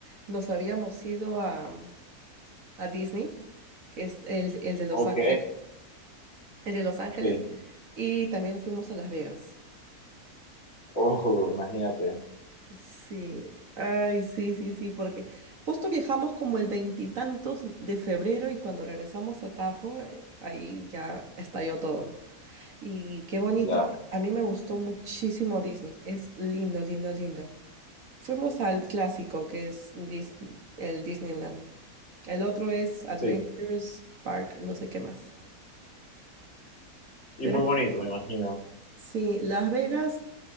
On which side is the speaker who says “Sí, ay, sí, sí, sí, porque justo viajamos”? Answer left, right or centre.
Right